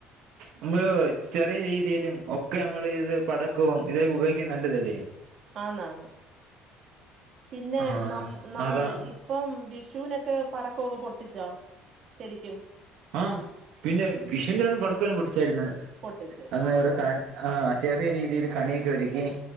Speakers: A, on the right (about 75°); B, on the right (about 50°).
A: നമ്മള് ചെറിയ രീതിയിലും ഒക്കെമ്മൾ ഇത് പടക്കവും ഇതൊക്കെ ഉപയോഗിക്കുന്നത് നല്ലതല്ലേ
B: ആന്നാ ആന്ന് പിന്നെ
A: ആഹ്
B: നം ന
A: അതാ
B: ഇപ്പം വിഷുനൊക്കെ പടക്കമൊക്കെ പൊട്ടിച്ചോ? ശരിക്കും
A: ആം പിന്നെ വിഷുന്റെ അന്ന് പടക്കവും പൊട്ടിച്ചായിര്ന്ന്.
B: പൊട്ടിച്ച്
A: അന്ന്
B: ആഹ്
A: ഇവിടെ കാ ആഹ് ചെറിയ രീതിയില് കണിയൊക്കെ ഒരുക്കി